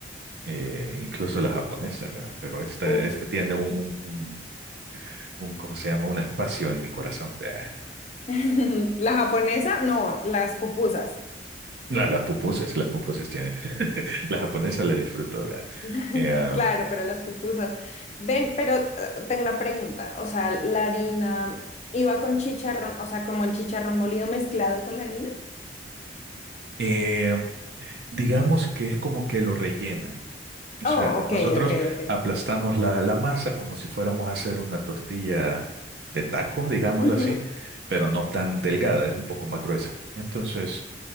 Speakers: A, on the right; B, on the left.
A: eh, incluso la japonesa, ¿verdad? Pero esta,
B: Uf.
A: esta tiene un, un, un, un, ¿cómo se llama? Un espacio en mi corazón, ¿verdad?
B: <laughs> La japonesa, no, las pupusas.
A: La- las pupusas, las pupusas tiene, <laughs> la japonesa la disfruto, ¿verdad?
B: <laughs>
A: Eh,
B: Claro, pero las pupusas. Ven, pero eh, tengo una pregunta. O sea, la harina iba con chicharrón, o sea, como el chicharrón molido mezclado con la harina.
A: eh, digamos que es como que lo rellenan. O
B: Oh,
A: sea,
B: ok,
A: nosotros
B: ok, ok.
A: aplastamos la, la masa como si fuéramos a hacer una tortilla de taco, digámoslo
B: Ujú.
A: así, pero no tan delgada, es un poco más gruesa. Entonces,